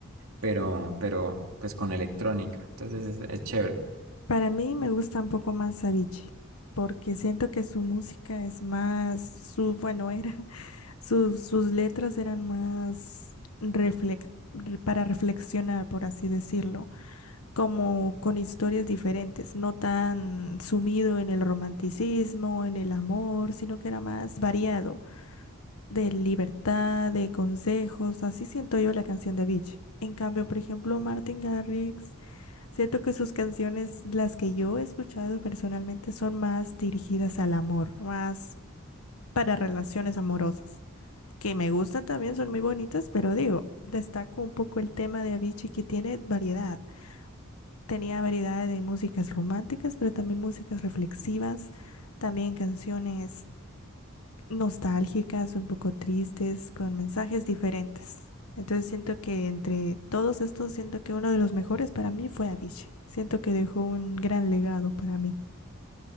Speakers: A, on the right; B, on the left.
A: pero, pero pues con electrónica. Entonces es es chévere.
B: Para mí me gusta un poco más Avicii porque siento que su música es más su, bueno, era. Sus, sus letras eran más reflec- para reflexionar, por así decirlo, como con historias diferentes, no tan sumido en el romanticismo, en el amor, sino que era más variado, de libertad, de consejos, así siento yo la canción de Beach. En cambio, por ejemplo, Martin Garrix, siento que sus canciones, las que yo he escuchado personalmente, son más dirigidas al amor, más para relaciones amorosas que me gustan también, son muy bonitas, pero digo, destaco un poco el tema de Avicii que tiene variedad. Tenía variedad de músicas románticas, pero también músicas reflexivas, también canciones nostálgicas, un poco tristes, con mensajes diferentes. Entonces siento que entre todos estos, siento que uno de los mejores para mí fue Avicii. Siento que dejó un gran legado para mí.